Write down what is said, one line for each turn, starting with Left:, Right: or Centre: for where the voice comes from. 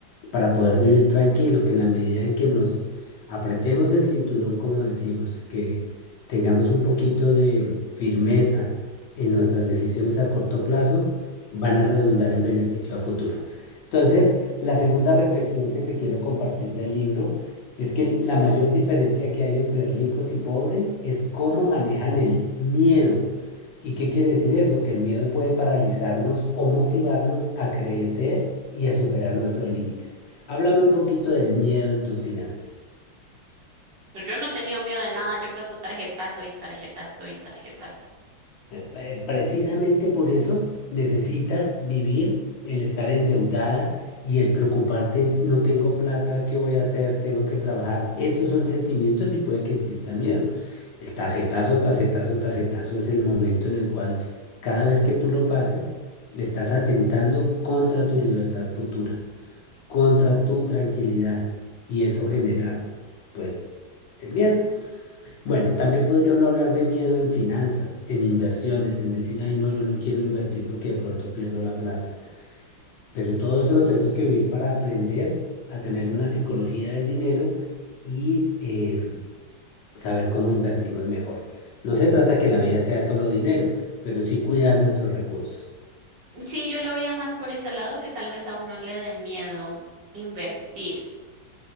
Left: para poder vivir tranquilo, que en la medida en que nos apretemos el cinturón, como decimos, que tengamos un poquito de firmeza en nuestras decisiones a corto plazo, van a redundar en beneficio a futuro. Entonces, la segunda reflexión que te quiero compartir del libro es que la mayor diferencia que hay entre ricos y pobres es cómo manejan el miedo. ¿Y qué quiere decir eso? Que el miedo puede paralizarnos o motivarnos a crecer y a superar nuestros límites. Háblame un poquito del miedo en tus finanzas.
Right: Pues Yo no he tenido miedo de nada, yo paso tarjetazo y tarjetazo y tarjetazo.
Left: Eh, eh, Precisamente por eso necesitas vivir el estar endeudada y el preocuparte, no tengo plata, ¿qué voy a hacer? Tengo que trabajar. Esos son sentimientos y puede que exista miedo. El tarjetazo, tarjetazo, tarjetazo es el momento en el cual cada vez que tú lo pases, estás atentando contra tu libertad futura, contra tu tranquilidad y eso genera, pues, el miedo. Bueno,
Right: Mm.
Left: también podría uno hablar de miedo en finanzas, en inversiones, en decir, ay, no, yo no quiero invertir porque de pronto pierdo la plata. Pero todo eso lo tenemos que vivir para aprender a tener una psicología del dinero y eh, saber cómo invertimos mejor. No se trata que la vida sea solo dinero, pero sí cuidar nuestros recursos.
Right: Sí, yo lo veía más por ese lado que tal vez a uno le dé miedo invertir,